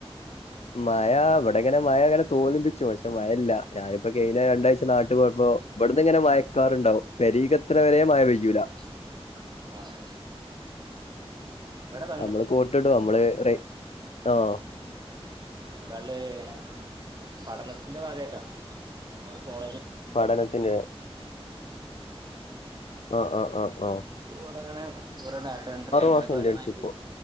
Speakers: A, on the left; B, on the right.
A: മഴ ഇവിടെ ഇങ്ങനെ മഴ അങ്ങനെ തോന്നിപ്പിച്ചു പക്ഷെ മഴല്ല ഞാനിപ്പോ കഴിഞ്ഞ രണ്ടാഴ്ച നാട്ടു പോയപ്പോ ഇവിടുന്ന് ഇങ്ങനെ മഴക്കാറുണ്ടാവും പെരെക്കെത്തണവരെ മഴ പെയ്യൂല
B: <inaudible> ആഹ് വളാ
A: നമ്മള് കോട്ടിടും നമ്മള് റെയ് ഓഹ്
B: <unintelligible> പഠനത്തിന്റെ ഭാഗമായിട്ടാ നമ്മള കോളേജ
A: പഠനത്തിൻ്റെ ആഹ് ആഹ് ആഹ് ആഹ്
B: ഓ ഇവിടെങ്ങനെ കുറെ ഡാറ്റാ എൻട്രി അങ്ങനെയൊക്കെ
A: മാസം ഇന്റേൺഷിപ്പ്
B: ഒരോന്നായിട്ട്